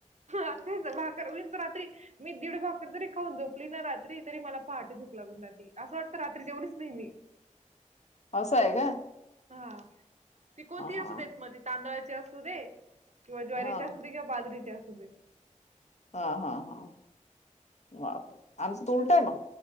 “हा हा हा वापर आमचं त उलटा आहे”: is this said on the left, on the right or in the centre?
Left